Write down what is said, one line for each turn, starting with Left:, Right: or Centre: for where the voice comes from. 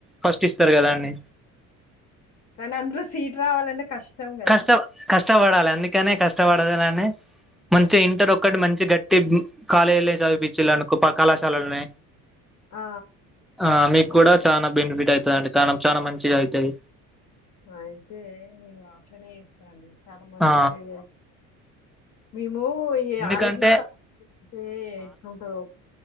Centre: ఫస్ట్ ఇస్తారు కదా అండి
Left: కానీ అందులో సీటు రావాలంటే కష్టం గదా!
Centre: కష్ట కష్టపడాలి అందుకనే కష్టపడదులని మంచిగా ఇంటర్
Left: ఆ!
Centre: ఒక్కటి మంచి గట్టి కాలేజీలో చదివిపిచిలునుకో కళాశాలలనే
Left: ఆ
Centre: ఆ మీకు కూడా చాలా బెనిఫిట్ అయితదండి కణం చానా మంచిగా అయితది
Left: అయితే నేను అట్లనే చేస్తనండి చాలా మంచి
Centre: ఆ
Left: ఐడియా మేము ఏ
Centre: ఎందుకంటే
Left: ఆలోచిస్తా అయితే ఎటుంటదొ